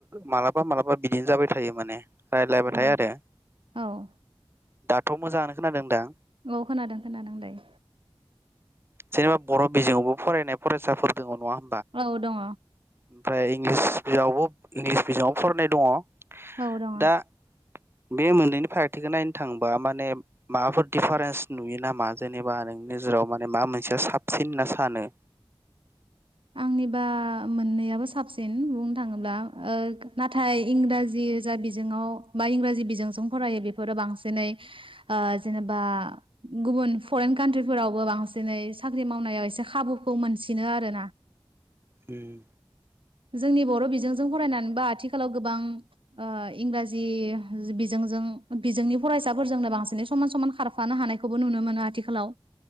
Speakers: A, on the right; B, on the right.
A: मालाबा मालाबा बिदिनो जाबाय थायो माने रायज्लायबाथाय
B: औ
A: आरो
B: औ
A: दाथ' मोजाङानो खोनादों दां
B: औ खोनादों खोनादों दायो
A: जेनेबा बर' बिजोवावबो फरायनाय फरायसाफोर दङ नङा
B: औ दङ
A: ओमफ्राय इंलिसावबो इंलिस आवबो फरायनाय दङ
B: औ दं
A: दा बे मोननैनि फारागथिखौ नायनो थांबा माने माबाफोर दिडिफारेन्स नुयो नामा जेनेबा नोंनि नोजोराव माने मा मोनसेया साबसिन होनना सानो
B: आंनिबा मोननैयाबो साबसिन बुंनो थाङोब्ला नाथाय इंराजि जा बिजोङाव बा इंराजि बिजोंजों फरायो बेफोरो बांसिनै जेनेबा गुबुन फरेन कान्ट्रिफोरावबो बांसिनै साख्रि मावनायाव एसे खाबुखौ मोनसिनो आरोना
A: उम
B: जोंनि बर' जोंनि बर' बिजोंजों फरायनानैबो आथिखालाव आथिखालाव गोबां इंराजि बिजोंजों बिजोंनि फरायसाफोरजोंनो बांसिनै समान समान खारफानो हानायखौबो नुनो मोनो आथिखालाव